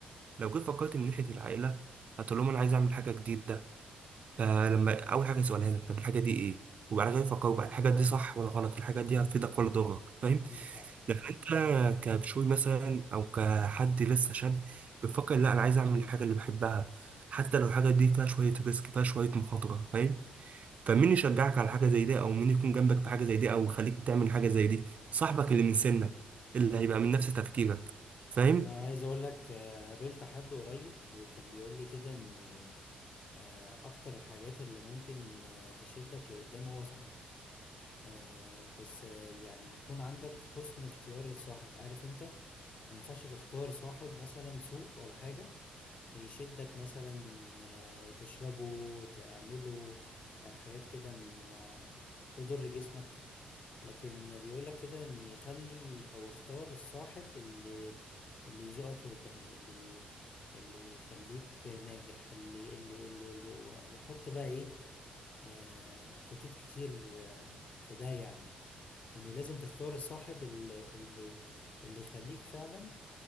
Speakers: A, on the right; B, on the left.
A: لو جيت فكرت من ناحية العائلة هتقول لهم انا عايز اعمل حاجة جديدة فلما اول حاجه يسألها لك طب الحاجه دي ايه وبعد كده يفكروا بقى الحاجه دي صح ولا غلط الحاجه دي هتفيدك ولا تضرك فاهم
B: عندك حق
A: لكن انت كبشوي مثلا او كحد لسه شاب بتفكر لا انا عايز اعمل الحاجه اللي بحبها حتى لو الحاجه دي فيها شويه ريسك فيها شويه مخاطره فاهم فمين يشجعك على حاجه زي دي او مين يكون جنبك في حاجه زي دي او يخليك تعمل حاجه زي دي صاحبك اللي من سنك اللي هيبقى من نفس تفكيرك فاهم
B: أنا عايز أقول لك آه، قابلت حد قريب وكان بيقول لي كده إن آه، أكتر الحاجات اللي ممكن آه، تشدك لقدام هو صاحبك آه، بس آه، يعني يكون عندك حسن اختيار الصاحب عارف أنت ما ينفعش تختار صاحب مثلا سوق ولا حاجة يشدك مثلا آه، تشربه تعمله آه، حاجات كده ما تضر جسمك لكن بيقولك كده ان يخلي او اختار الصاحب اللي اللي يزقك لقدام اللي اللي يخليك ناجح اللي اللي اللي, اللي وحط بقى ايه آه، خطوط كتير آه، في ده يعني ان لازم تختار الصاحب اللي اللي اللي يخليك فعلا